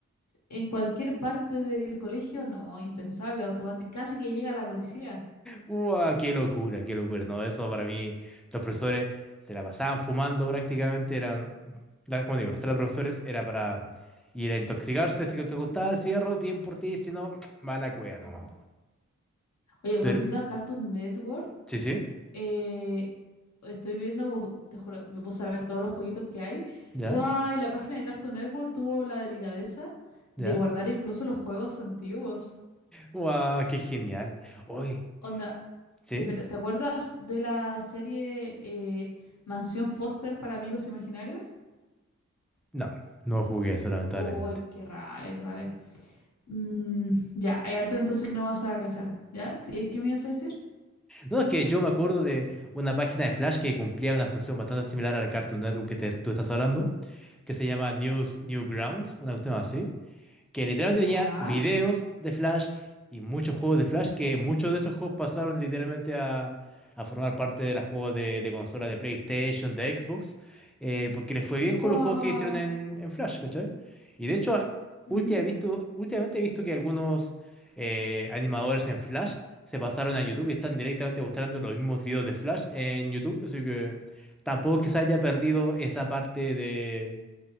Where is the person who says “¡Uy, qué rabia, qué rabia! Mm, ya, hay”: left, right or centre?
Left